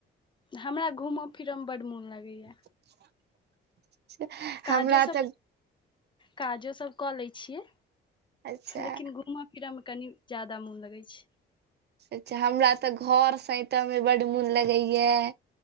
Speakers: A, on the left; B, on the right.
A: हमरा घूमऽ फिरऽ मे बड्ड मोन लागैया
B: <inaudible> हमरा
A: काजोसभ
B: तऽ
A: काजोसभ कऽ लैत छियै
B: अच्छा
A: लेकिन घूम फिरैमे कनि जादा मोन लगै छै
B: अचछा हमरा तऽ घर सैतऽ मे बड्ड मोन लगैया